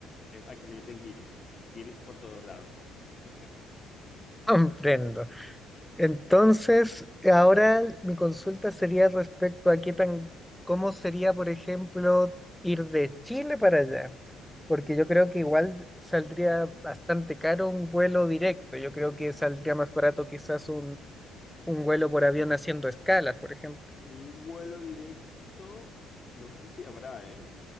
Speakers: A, on the left; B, in the centre.
A: es- aquí le dicen guiris, guiris por todos lados, vamos. <laughs>
B: <laughs> comprendo. Entonces, ahora mi consulta sería respecto a qué tan, cómo sería, por ejemplo, ir de Chile para allá, porque yo creo que igual saldría bastante caro un vuelo directo. Yo creo que saldría más barato quizás un, un vuelo por avión haciendo escalas, por ejemplo.
A: Un vuelo directo, no sé si habrá, ¿eh?